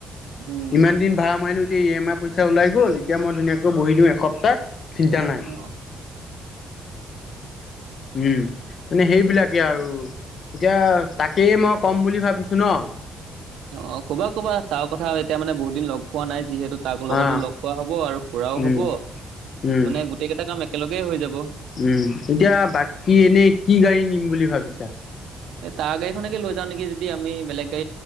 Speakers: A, on the right; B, on the left.
A: উম।
B: ইমান দিন ভাড়া মাৰিলো এতিয়া ই এম আই পইচা ওলাই গ'ল এতিয়া মই ধুনীয়াকৈ বহি দিওঁ এসপ্তাহ চিন্তা নাই
A: অ।
B: উম, মানে সেইবিলাকে আৰু। এতিয়া তাকেই মই ক'ম বুলি ভাবিছো ন।
A: অ ক'বা, ক'বা তাও কথা এতিয়া মানে বহুত দিন লগ পোৱা নাই যিহেতু তাক লগতো
B: অ
A: লগ পোৱা হব আৰু ফুৰাও
B: উম,
A: হব
B: উম,
A: মানে গোটেই কেইটা কাম একেলগেই হৈ যাব
B: উম এতিয়া বাকী এনেই কি গাড়ী নিম বুলি ভাবিছা।
A: এই তাৰ গাড়ী খনকে লৈ যাও নেকি যদি আমি বেলেগ ত